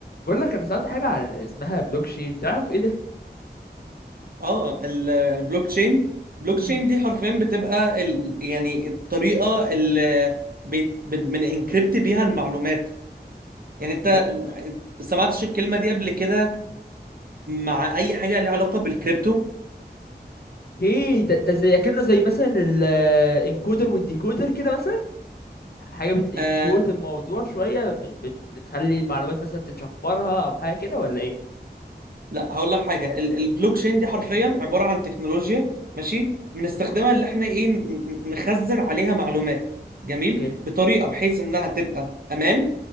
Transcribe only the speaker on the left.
بقول لك انا سمعت حاجه عن اسمها بلوك تشين تعرف ايه ده
مم.
يا
ايه ده ده زي كأنه زي مثلا الانكودر والديكودر كده مثلا حاجه بتنكود
الموضوع شويه بت بت- بتخلي المعلومات مثلا تتشفرها او حاجه كده ولا ايه
اوكي